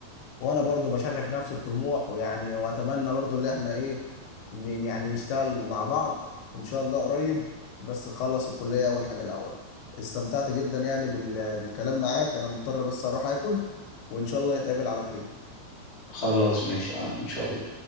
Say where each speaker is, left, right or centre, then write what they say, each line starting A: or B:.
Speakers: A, on the left; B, on the left.
A: وانا برضو بشارك نفس الطموح ويعني واتمنى برضو اللي احنا ايه ن- يعني نشتغل مع بعض ان شاء الله قريب بس نخلص الكلية اول حاجة الاول استمتعت جدا يعني بال... بالكلام معاك انا مضطر بس اروح اكل وان شاء الله نتقابل على خير
B: خلاص ماشي يا معلم إن شاء الله